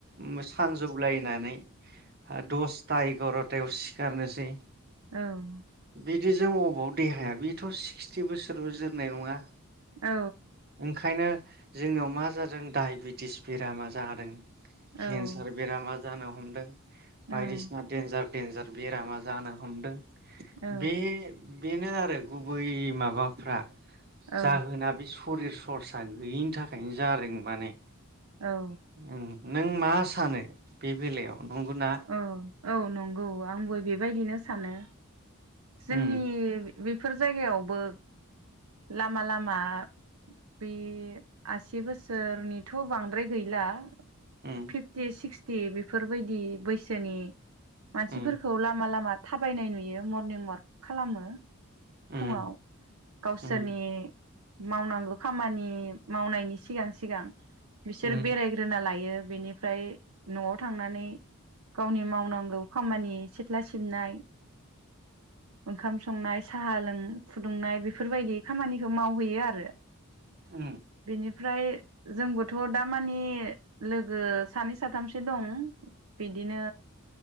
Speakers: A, on the right; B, on the right.
A: उम सा नजौलायनानै आ दस ता ए गरथायाव सिखारनोसै
B: औ
A: बिदिजों अबाव देहाया बिथ' सिक्सटि बोसोरबो जोरनाय नङा।
B: औ
A: ओंखायनो जोंनियाव मा जादों दाइबेटिस बेरामा जादों।
B: औ
A: सार बेरामा जानो हमदों
B: औ औ
A: बायदिसिना देन्जार देन्जार बेरामा जानो हमदों
B: औ
A: बे बेनो आरो गुबै माबाफ्रा
B: औ
A: जाहोना बे हरि सर्सा गैयिनि थाखायनो जादों माने
B: औ
A: उम नों मा स सानो बे बेलायाव बुंगोनना
B: औ औ नंगौ आंबो बेबायदिनो सानो जोंनि
A: उम
B: बे बेफोर जायगायावबो लामा लामा बे आसि बोसोरनिथ' बांद्राय गैला
A: उम
B: फिफ्टि सि ख्थि बे बेफोरबायदि बैसनि मानसिफोरखौ
A: उम
B: लामा लामा थाबायनाय नुयो मरनिं अवाक खालामो
A: उम
B: फुङाव गावसोरनि
A: उम
B: मावनांगौ खामानि मावनायनि सिगां सिगां बिसोर
A: उम
B: बेरायग्रोना लायो। बेनिफ्राय न'आव थांनानै गावनि मावनांगौ खामानि सिथ्ला सिबनाय ओंखाम संनाय साहा लों फुदुंनाय बेफोरबायदि खामानि मावहैयो आरो
A: उम
B: बेनिफ्राय जोंबोथ' दामानि लोगो सानै साथामसो दं बिदिनो